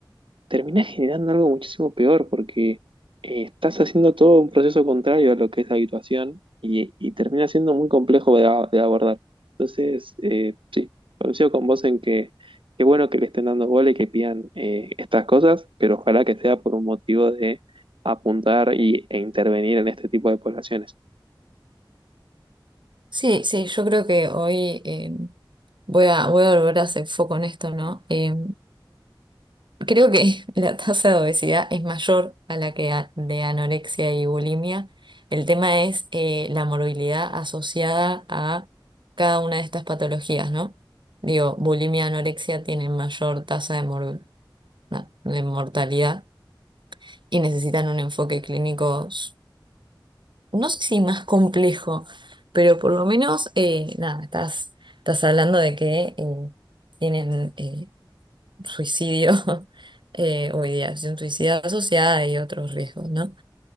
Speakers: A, on the right; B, on the right.
A: terminás generando algo muchísimo peor porque eh, estás haciendo todo un proceso contrario a lo que es la habituación y, y termina siendo muy complejo de, a- de abordar. Entonces, eh, sí, coincido con vos en que qué bueno que le estén dando bola y que pidan eh, estas cosas, pero ojalá que sea por un motivo de apuntar y, e intervenir en este tipo de poblaciones.
B: Sí, sí, yo creo que hoy eh, voy a, voy a volver a hacer foco en esto, ¿no? Eh, Creo que <laughs> la tasa de obesidad es mayor a la que a- de anorexia y bulimia. El tema es eh, la morbilidad asociada a cada una de estas patologías, ¿no? Digo, bulimia y anorexia tienen mayor tasa de, mor- na- de mortalidad y necesitan un enfoque clínico, s- no sé si más complejo, pero por lo menos, eh, nada, estás, estás hablando de que eh, tienen eh, suicidio <laughs> eh, o ideación suicida asociada y otros riesgos, ¿no?